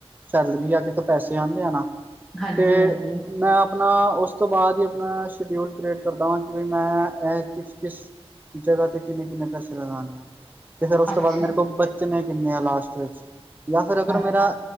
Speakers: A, on the right (about 15°); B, in the centre.
A: ਸੈਲਰੀ ਆ ਕਿਥੋਂ ਪੈਸੇ ਆਂਦੇ ਆ ਨਾ।
B: ਹਾਂਜੀ
A: ਤੇ
B: ਹਾਂਜੀ
A: ਮੈਂ ਆਪਣਾ ਉਸ। ਉਸ ਤੋਂ ਬਾਅਦ ਹੀ ਆਪਣਾ ਸ਼ਡਿਊਲ ਕ੍ਰੀਏਟ ਕਰਦਾ ਵਾਂ ਕਿ ਮੈਂ ਇਹ ਕਿਸ ਕਿਸ। ਜਗ੍ਹਾ ਤੇ ਕਿੰਨੇ ਕਿੰਨੇ ਪੈਸੇ ਲਗਾਣੇ ਆ। ਤੇ ਫੇਰ ਉਸ
B: ਅੱਛਾ
A: ਤੋਂ ਬਾਅਦ ਮੇਰੇ ਕੋਲ ਬੱਚਨ ਨੇ ਕਿੰਨੇ ਆ ਲਾਸਟ ਚ, ਜਾਂ ਫਿਰ ਅਗਰ
B: ਹਾਂ
A: ਮੇਰਾ